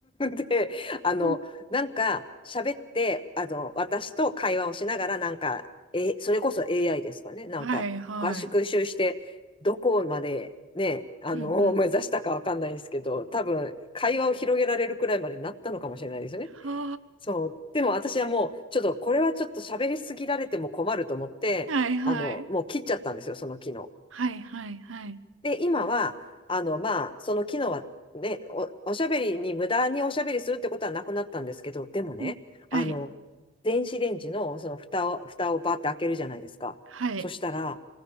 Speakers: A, on the left; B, on the right.
A: で、あの、
B: うん
A: なんか、喋って、あの、私と会話をしながら、なんか、え、それこそ AI ですかね。なんか、
B: はいはい。
A: 合宿習して、どこまで、ね、あの、
B: うんうん。
A: <laughs> を目指したかわかんないですけど、多分、会話を広げられるくらいまでになったのかもしれないですね。
B: は
A: そう。でも私はもう、ちょっと、これはちょっと喋りすぎられても困ると思って、
B: あ。はいはい。
A: あの、もう切っちゃったんですよ、その昨日。
B: はいはいはい。
A: で、今は、あの、まあ、その機能はね、お、おしゃべりに、無駄におしゃべりするってことはなくなったんですけど、でもね、
B: うん。はい。
A: あの、電子レンジのその蓋を、蓋をバーって開けるじゃないですか。
B: はい。
A: そしたら、